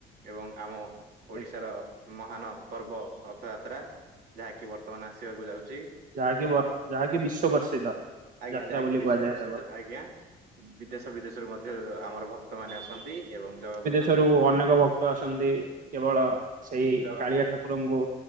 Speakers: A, on the right (about 70°); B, on the right (about 55°).
A: ଏବଂ ଆମ
B: ଆଜ୍ଞା।
A: ଓଡ଼ିଶାର ମହାନ ପର୍ବ ରଥଯାତ୍ରା ଯାହାକି ବର୍ତ୍ତମାନ ଆସିବାକୁ ଯାଉଛି
B: ଯାହାକି ବ ଯାହାକି ବିଶ୍ଵ ପ୍ରଷିଧ
A: ଆଜ୍ଞା
B: ଯାତ୍ରା
A: ଯାହାକି
B: ବୋଲି
A: ବିଶ୍ଵ
B: କୁହାଯାଏ
A: ପ୍ରସିଦ୍ଧ
B: ତାଙ୍କର
A: ଆଜ୍ଞା? ବିଦେଶ ବିଦେଶରୁୁ ମଧ୍ୟ ଆମର ଭକ୍ତମାନେ ଆସନ୍ତି ଏବଂ ଜଗାକୁ
B: <unintelligible> ଅନେକ ଭକ୍ତ ଆସନ୍ତି କେବଳ ସେହି
A: ଜଗନ୍
B: କାଳିଆ ଠାକୁରଙ୍କୁ